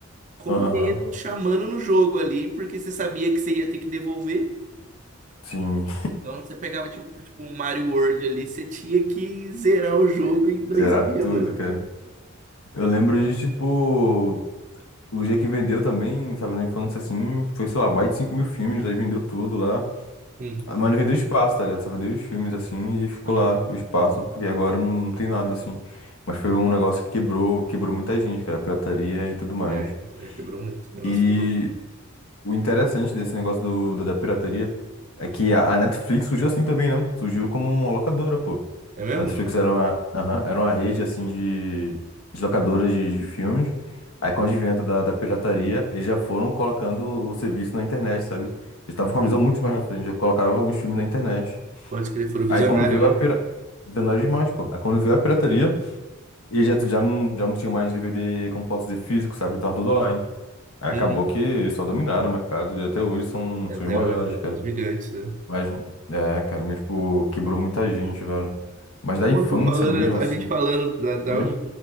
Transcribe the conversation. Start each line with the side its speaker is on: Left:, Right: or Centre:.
Right: comendo,
Left: Aham.
Right: chamando no jogo ali, porque você sabia que você ia ter que devolver.
Left: Sim.
Right: Então você pegava tipo, tipo um Mario World ali, você tinha que zerar o jogo
Left: <laughs>
Right: em dois
Left: Zerar
Right: dias,
Left: tudo,
Right: mano.
Left: cara. Eu lembro de, tipo, o dia que vendeu também, sabe, na infância, assim, foi, sei lá, mais de cinco mil filmes, aí vendeu tudo lá.
Right: Sim,
Left: Ah, Mas não vendeu espaço, tá ligado? Só vendeu os filmes, assim, e ficou
Right: pode
Left: lá
Right: crer.
Left: o espaço, porque agora não tem nada, assim. Mas foi
Right: pode
Left: um
Right: crer.
Left: negócio que quebrou, quebrou muita gente, cara, a pirataria e tudo mais.
Right: É, é, quebrou muito, o negócio
Left: E
Right: foi louco.
Left: o interessante desse negócio do, da, da pirataria é que a, a Netflix surgiu assim também, né? Surgiu como uma locadora, pô.
Right: É mesmo?
Left: A Netflix era uma, aham, era uma rede, assim, de, de locadoras de, de filmes. Aí, com o advento da, da pirataria, eles já foram colocando o serviço na internet, sabe? Eles estavam
Right: Caramba,
Left: com uma visão muito mais na frente, já colocavam os filmes na internet.
Right: pode crer, foram visionário,
Left: Aí, quando veio
Right: né?
Left: a pira... Visionário demais, pô. Aí, quando veio a pirataria, eles já, já, não, já não tinham mais DVD, como posso dizer, físico, sabe? Já tava tudo online. Aí
Right: Uhum.
Left: Acabou que só dominaram o mercado e até hoje são,
Right: E até
Left: são os maiores,
Right: hoje,
Left: cara.
Right: uns gigantes, né?
Left: Mas, é, cara, mas, tipo, quebrou muita gente, velho. Mas da
Right: Pô,
Left: infância
Right: você falando,
Left: mesmo, assim,
Right: a gente falando, dá, dá
Left: Oi?
Right: um,